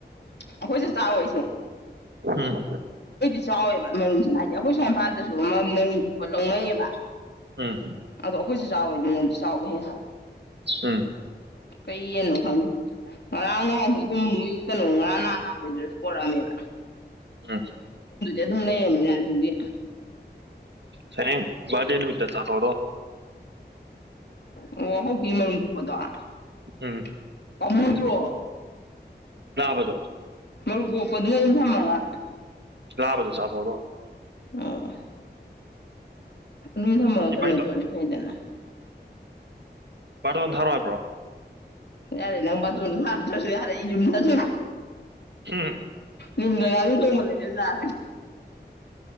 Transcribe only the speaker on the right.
ꯎꯝ
ꯎꯝ
ꯎꯝ
ꯎꯝ
ꯁꯦꯡ ꯕꯥꯦ ꯅꯨꯃꯤꯠꯇ ꯆꯊꯗꯣ
ꯎꯝ ꯂꯕꯗꯣ
ꯂꯕꯗꯨ ꯁꯥꯊꯗ
ꯏꯟꯚꯥꯏꯠ
ꯇꯧ
ꯋꯥꯕꯥꯗꯣꯟ ꯊꯔꯋꯥ ꯍꯥꯏꯕ꯭ꯔꯣ
ꯍꯝ